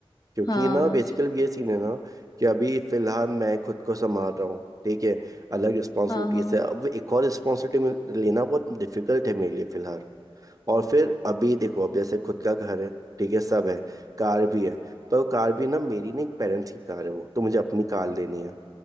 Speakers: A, on the right; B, on the left.
A: क्योंकि
B: हाँ
A: ना बेसिकली ये सीन है ना कि अभी फिलहाल मैं खुद को संभाल रहा हूँ ठीक है अलग रिस्पॉन्सिबिलिटी
B: हाँ हाँ
A: से अब एक और रिस्पॉन्सिबिलिटी लेना बहुत डिफिकल्ट है मेरे लिए फिलहाल और फिर अभी देखो अब जैसे खुद का घर है ठीक है सब है कार भी है पर वो कार भी ना मेरी नहीं पेरेंट्स की कार है वो तो मुझे अपनी कार लेनी है